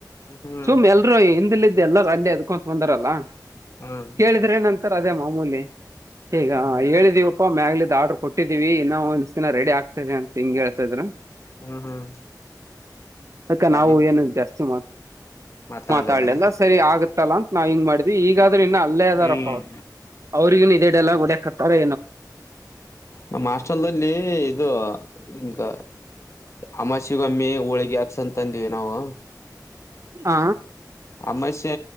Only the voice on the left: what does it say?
ಹ್ಮ್
ಹ್ಮ್
ಹ್ಮ್ ಹ್ಮ್
ಹ್ಮ್ ಹ್ಮ್
ಆ
ರೀ
ಮಾತಾಡ್ಲಿಲ್ಲಾನು
ಹ್ಮ್
ನಮ್ಮ ಹಾಸ್ಟೆಲ್ ಇದು ಗ ಅಮಾವಸೆ ಗೊಮ್ಮಿ ಹೋಳಿಗೆಿ ಹಾಕ್ಸಂತಂದಿವವಿ ನಾವು
ಅಮಾಸ್ಯ